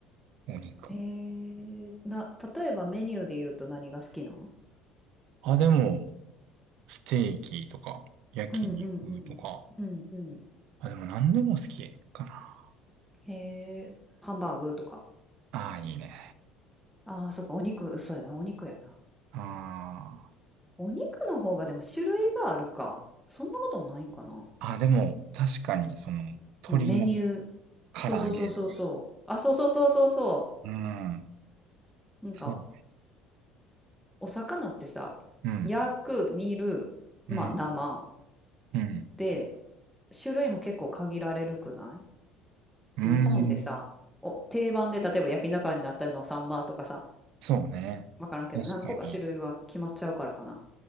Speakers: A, on the right; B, in the centre.
A: お肉。
B: えー、な、例えばメニューで言うと何が好きなん
A: あ、でも、ステーキとか、焼肉とか。
B: うんうんうん。うんうん。
A: あ、でも何でも好きかな。
B: へえ、ハンバーグとか。
A: ああ、いいね。
B: ああ、そっか、お肉、そうやな、お肉やな。
A: あ
B: お肉の方がでも種類があるか。そんなこともないんかな。
A: あ。あ、でも、確かに、その、
B: そのメニュー。
A: 鶏の唐揚げとか。
B: そうそうそうそうそう。あ、そうそうそうそうそ
A: うん。
B: う。なんか、
A: そう。
B: お魚ってさ、
A: うん。
B: 焼く、煮る、
A: うん。
B: まあ、生
A: うん。
B: で、種類も結構限られるくな
A: うん。
B: い日本でさ、お、定番で例えば焼き魚になったりのサンマとかさ、
A: そうね。
B: わからんけど、
A: 確かに。
B: 何個か種類は決まっちゃうからかな。